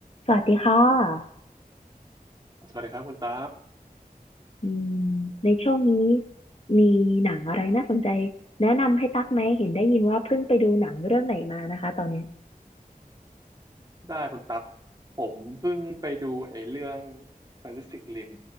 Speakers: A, on the left; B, on the right.
A: สวัสดีค่ะ
B: สวัสดีครับคุณตั๊ก
A: อืมในช่วงนี้มีหนังอะไรน่าสนใจแนะนำให้ตักไหมเห็นได้ยินว่าเพิ่งไปดูหนังเรื่องไหนมานะคะตอนเนี้ย
B: ได้คุณตั๊ก ผมเพิ่งไปดูไอ้เรื่อง Pacific Rim